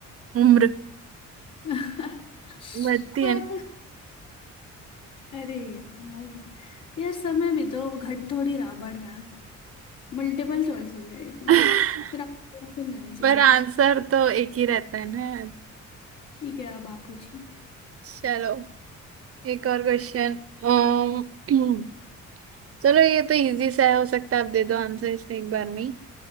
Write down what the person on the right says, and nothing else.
उम्र
बढ़ती
है ना
<laughs>
पर आंसर
तो एक ही रहता है ना यार
चलो एक और क्वेश्चन <clears throat> चलो ये तो इजी सा है हो सकता है आप दे दो आंसर इसमें एक बार में ही।